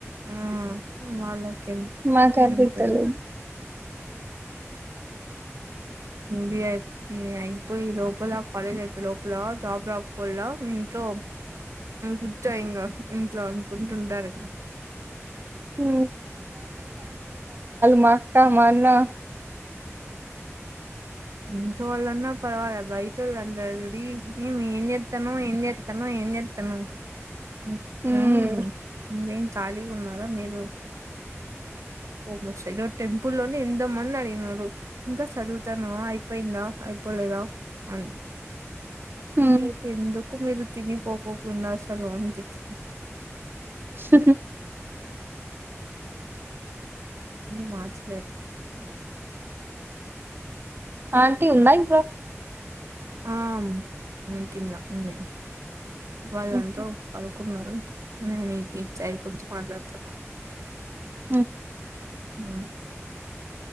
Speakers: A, on the right; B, on the right.
A: ఆ వాళ్ళకేంది
B: మా కర్రీకి
A: ఏమయితది
B: తెలియదు
A: బియి అయిపోయి లోపల కాలేజ్ అయిపోయి లోపల జాబ్ రాకపోలా ఇట్లో గుచ్చాయి ఇంకా ఇంట్లో అనుకుంటుంటారూ ఇక
B: మ్మ్. మాక్క మాన్నా
A: ఇంట్లోలన్న పర్వాల బయటోలు అంటారు చూడు ఏమి ఏమి చేస్తున్నావు ఏమి తను ఎం చేస్తున్నావు అవును
B: హ్మ్
A: ఇంకేం ే ఖాళీగా ఉన్నారా మీరూ <unintelligible> టెంపుల్లోనే ఎంత మంది అడిగినరు ఇంకా చదువుతానవ అయిపోయిందా అయిపోలేదా అ
B: హ్మ్.
A: మీకెందుకు కు మీరు తినిపోకోకుండా సలు అందిచ్చ
B: సహ
A: మార్చలేం
B: ఆంటి ఉందా ఇంట్లో
A: ఆ ఉ కింద ఉంది వాళ్ళంతా
B: హ్మ్.
A: ప అనుకున్నారు నేను ఈ సైడ్కి వచ్చి మాట్లాడుతున్నా
B: ఉ
A: ఉ